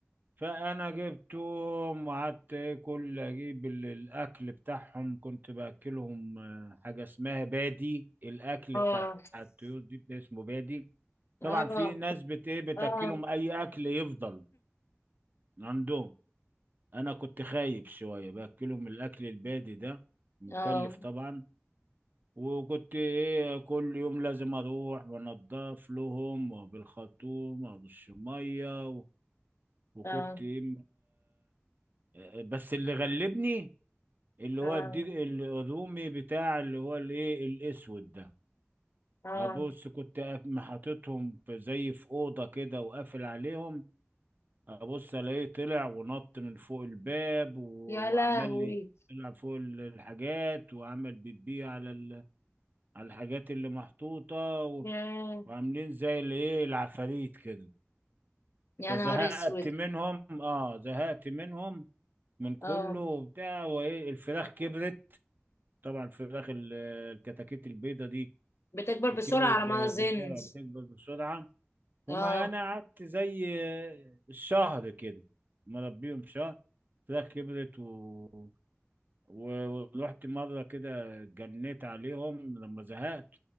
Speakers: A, on the right; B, on the left.
A: فانا جبتهم وقعدت كل اجيب ال- الاكل بتاعهم كنت باكلهم آه، حاجه اسمها بادي الاكل
B: اه
A: بتاع الطيور دي ده اسمه بادي طبعا
B: اه
A: في ناس بت ايه بتاكلهم
B: اه
A: اي اكل يفضل عندهم انا كنت خايب شويه باكلهم الاكل البادي ده مكلف
B: اه
A: طبعا وكنت ايه كل يوم لازم اروح وانضف لهم وبالخرطوم وبالشميه و- وكنت
B: اه
A: ايه آه، بس اللي غلبني اللي
B: اه
A: هو الدي- الرومي بتاع اللي هو الايه الاسود ده
B: اه
A: ابص كنت قاف- محطتهم في زي في اوضه كده وقافل عليهم ابص الاقيه طلع ونط من فوق الباب و-
B: يا
A: وعمل
B: لهوي
A: لي طلع فوق ال- الحاجات وعمل بيبي على ال- على الحاجات اللي محطوطه و-
B: يا
A: وعاملين زي الايه العفاريت كده
B: يا
A: فزهقت
B: نهار اسود
A: منهم اه زهقت منهم من كله
B: اه
A: وبتاع وايه الفراخ كبرت طبعا الفراخ ال- الكتاكيت البيضة دي
B: بتكبر بسرعة
A: كبرت
B: على
A: ب-
B: ما اظن
A: بسرعة بتكبر بسرعة هما
B: اه
A: أنا قعدت زي شهر كده مربيهم شهر فراخ كبرت و... و... ورحت مرة كده جنيت عليهم لما زهقت